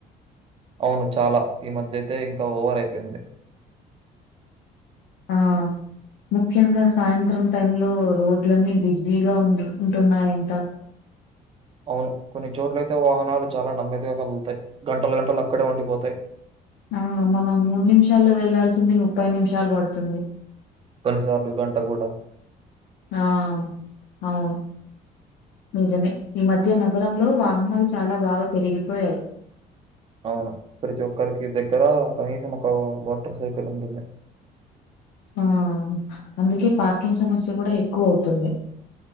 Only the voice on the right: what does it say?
అవును చాలా ఈ మధ్యయితే ఇంకా ఓవర్ అయిపోయింది
అవును కొన్ని చోట్లయితే వాహనాలు చాలా నమ్మేదిగా కదులుతాయి గంటల గంటలు అక్కడే ఉండిపోతాయి
కొన్నిసార్లు గంట కూడా
అవును ప్రతి ఒక్కరికి దగ్గర కనీసం ఒక మోటార్ సైకిల్ ఉంటుంది